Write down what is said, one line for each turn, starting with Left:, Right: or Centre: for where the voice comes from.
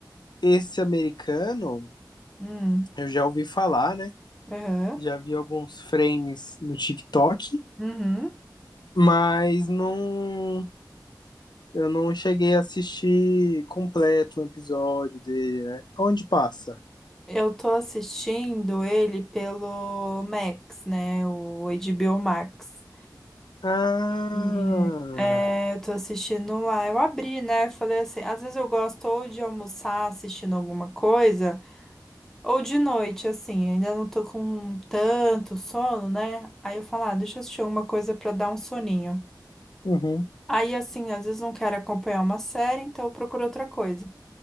Left: Esse americano,
Centre: Hum,
Left: eu já ouvi falar, né?
Centre: aham,
Left: Já vi alguns frames no TikTok,
Centre: uhum.
Left: mas não. Eu não cheguei a assistir completo o um episódio dele, né? Onde passa?
Centre: Eu tô assistindo ele pelo Max, né? O HBO Max.
Left: Ah.
Centre: E, é, eu tô assistindo lá. Eu abri, né? Falei assim, às vezes eu gosto ou de almoçar assistindo alguma coisa, ou de noite, assim, ainda não tô com tanto sono, né? Aí eu falo, ah, deixa eu assistir alguma coisa pra dar um soninho.
Left: Uhum,
Centre: Aí, assim, às vezes não quero acompanhar uma série, então eu procuro outra coisa.